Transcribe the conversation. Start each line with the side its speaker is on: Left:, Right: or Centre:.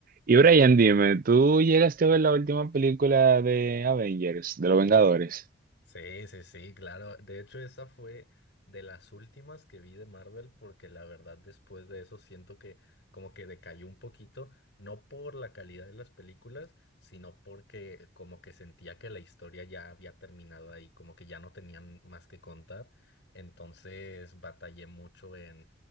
Right: Y Brian, dime, ¿tú llegaste a ver la última película de Avengers, de los Vengadores?
Left: Sí, sí, sí, claro. De hecho, esa fue de las últimas que vi de Marvel porque la verdad después de eso siento que como que decayó un poquito, no por la calidad de las películas, sino porque como que sentía que la historia ya había terminado ahí, como que ya no tenían más que contar. Entonces batallé mucho en,